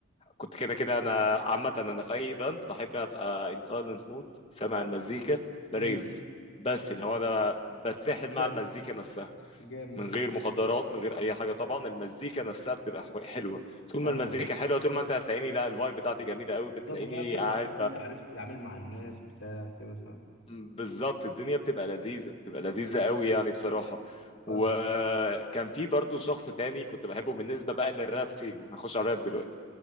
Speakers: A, on the left; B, on the left.
A: كنت كده كده انا عامه انا في اي ايفنت بحب ابقى ان سايلنت مود سامع المزيكا بريف
B: امم
A: بس اللي هو انا بتسحل مع
B: جامد
A: المزيكا نفسها
B: جامد
A: من غير مخدرات من غير اي حاجه طبعا المزيكا نفسها بتبقى حو- حلوه طول ما
B: ايوه
A: المزيكا حلوه طول ما انت هتلاقيني لا الفايب بتاعتي جميله قوي
B: بالظبط
A: بتلاقيني
B: هتلاقي نفسك
A: قاعد
B: مبسوط عارف تتعامل مع الناس بتاع كده فاهم
A: بالظبط الدنيا بتبقى لذيذة بتبقى لذيذة قوي يعني بصراحة
B: فاهم
A: وكان في برضو شخص تاني كنت بحبه بالنسبة بقى للراب سين احنا هنخش على الراب دلوقتي